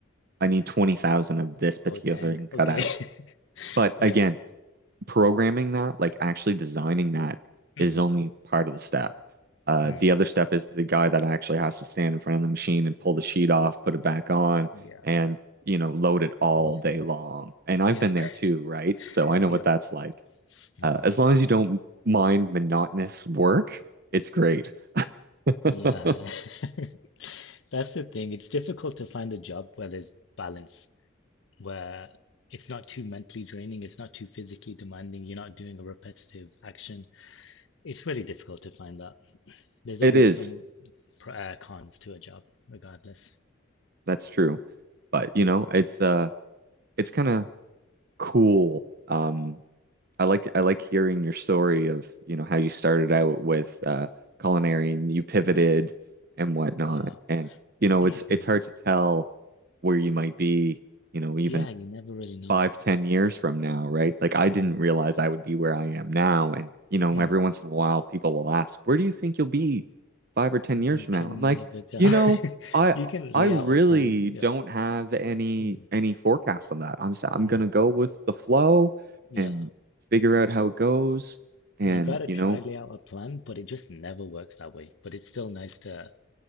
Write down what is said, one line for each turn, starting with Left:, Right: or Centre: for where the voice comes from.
Right: I need 20,000 of this particular
Left: Oh, dang.
Right: thing cut
Left: Okay.
Right: out.
Left: <laughs>
Right: But
Left: Yeah.
Right: again, programming that, like actually designing that
Left: hmm
Right: is only part of the step. Uh,
Left: Mm.
Right: the other step is the guy that actually has to stand in front of the machine and pull the sheet off, put it back on,
Left: Yeah.
Right: and you know, load it all
Left: Also.
Right: day long. And I've
Left: Yep.
Right: been there
Left: <laughs>
Right: too, right? So I know
Left: Yeah.
Right: what that's like.
Left: Mm-hmm.
Right: Uh, as long as you don't mind monotonous work, it's great. <laughs>
Left: Yeah. <laughs> That's the thing. It's difficult to find a job where there's balance, where it's not too mentally draining, it's not too physically demanding, you're not doing a repetitive action. It's really difficult to find that. There's
Right: It
Left: always
Right: is.
Left: some pr- uh, cons to a job, regardless.
Right: That's true. But you
Left: Mm.
Right: know, it's uh it's kind of cool um I like I like hearing your story of, you know, how you started out with uh culinary and you pivoted
Left: Yeah,
Right: and whatnot.
Left: yeah.
Right: And you know,
Left: <clears throat>
Right: it's it's hard to tell where you might be, you know, even
Left: Yeah, you never really know.
Right: five, ten years from now, right? Like I didn't
Left: Mm.
Right: realize I would be where I am now. And, you know,
Left: Mm.
Right: every once in a while people will ask, where do you think you'll be five or ten
Left: You
Right: years from
Left: can
Right: now? I'm like,
Left: never tell.
Right: you know,
Left: <laughs>
Right: I
Left: You can lay
Right: I really
Left: out a plan. Yeah.
Right: don't have any
Left: Mm.
Right: any forecast on that. I'm s- I'm
Left: Mm.
Right: gonna go with the flow
Left: Yeah.
Right: and figure out how it goes. And,
Left: You got to
Right: you
Left: try
Right: know,
Left: lay out a plan, but it just never works that way. But it's still nice to